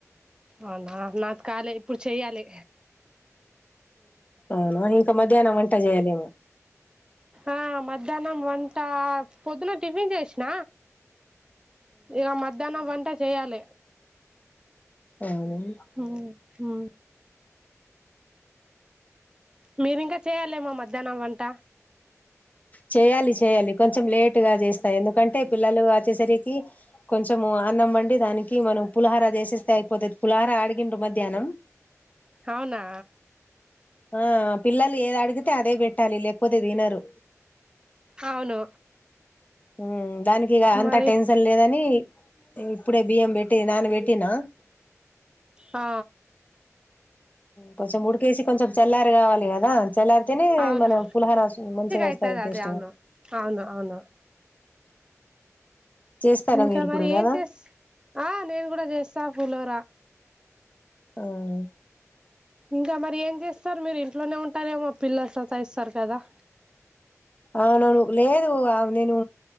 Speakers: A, on the right (about 15°); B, on the left (about 30°).
A: అవునా నాకు కాలే ఇప్పుడు చెయ్యాలి
B: అవునా ఇంకా మధ్యాహ్నం వంట చేయాలేమో
A: ఆ మధ్యాహ్నం వంట పొద్దున టిఫిన్ చేసిన ఇక మధ్యాహ్నం వంట చేయాలి
B: అవును
A: హమ్మ్ హా మీరింకా చేయాలేమో మధ్యాహ్నం వంట
B: చేయ్యాలి చేయాలి కొంచెం లేటుగా చేస్తాయి ఎందుకంటే పిల్లలు వచ్చేసరికి కొంచెం అన్న మండి దానికి మనం పులహార చేసేస్తే అయిపోతుంది పులహార అడిగిండు మధ్యాహ్నం
A: అవునా
B: ఆ పిల్లలు ఏది అడిగితే అదే పెట్టాలి లేకపోతే తినరు
A: అవును
B: హమ్ దానికి ఇక అంత
A: మరి
B: టెన్షన్ లేదని ఇప్పుడే బియ్యం పెట్టి నాను పెట్టినా
A: ఆ
B: కొంచెం ఉడికేసి కొంచెం చెల్లారి కావాలి కదా చెల్లారి తనే
A: అవును
B: మన పులిహోర మంచిగా వస్తాయి
A: అయితది
B: టేస్ట్
A: అది అవును
B: గా
A: అవును అవును
B: చేస్తారా
A: ఇంకా
B: మీరు
A: మరి
B: కూడా కదా
A: ఏం చేస్ ఆ నేను కూడా చేస్తా పులిహోర
B: ఆ హ్
A: ఇంకా మరి ఏం చేస్తారు మీరు ఇంట్లోనే ఉంటారేమో పిల్లల సతా ఇస్తారు కదా
B: అవునవును లేదు నేను